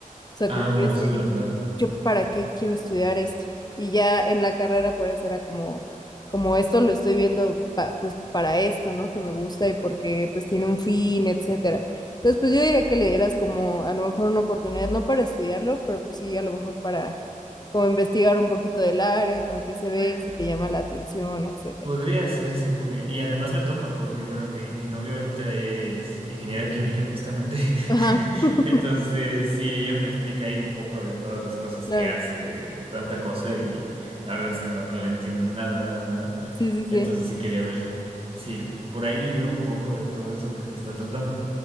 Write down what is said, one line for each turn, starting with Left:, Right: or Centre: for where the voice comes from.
Left: O sea,
Right: Ah,
Left: como
Right: bueno,
Left: que decía
Right: eso es
Left: yo,
Right: verdad.
Left: yo para qué quiero estudiar esto. Y ya en la carrera pues era como, como esto lo estoy viendo pa- pues para esto, ¿no? Que me gusta y porque pues tiene un fin, etcétera. Entonces pues yo diría que le dieras como a lo mejor una oportunidad, no para estudiarlo, pero pues sí, a lo mejor para como investigar un poquito del área, como que se ve,
Right: Eh,
Left: si te llama la atención, etcétera.
Right: Podría ser, sí, porque, y además me toca, porque, bueno, mi, mi novia ahorita es ingeniera química, justamente.
Left: Ajá,
Right: <laughs>
Left: <laughs>
Right: Entonces, sí, ella me explica ahí un poco de todas las cosas
Left: claro.
Right: que hace, de tanta cosa, y la verdad es que no, no le entiendo nada, nada, nada.
Left: Sí, sí,
Right: Entonces,
Left: sí.
Right: sí quería ver si, si por ahí veo un poco de todo eso que se está tratando.